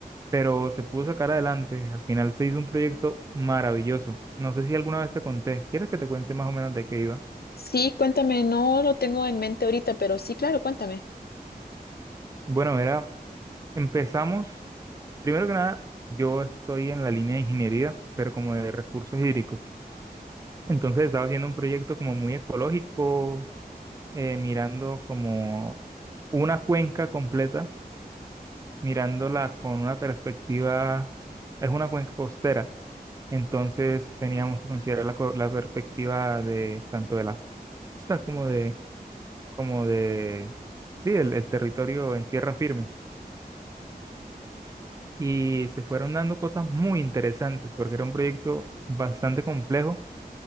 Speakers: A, on the right; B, on the left.
A: pero se pudo sacar adelante. Al final se hizo un proyecto maravilloso. No sé si alguna vez te conté. ¿Quieres que te cuente más o menos de qué iba?
B: Sí, cuéntame, no lo tengo en mente ahorita, pero sí, claro, cuéntame.
A: Bueno, era, empezamos. Primero que nada, yo estoy en la línea de ingeniería, pero como de recursos hídricos. Entonces estaba haciendo un proyecto como muy ecológico, eh, mirando como una cuenca completa, mirándola con una perspectiva, es una cuenca costera. Entonces teníamos que considerar la, co- la perspectiva de tanto de la costa como de, como de, sí, el, el territorio en tierra firme. Y se fueron dando cosas muy interesantes porque era un proyecto bastante complejo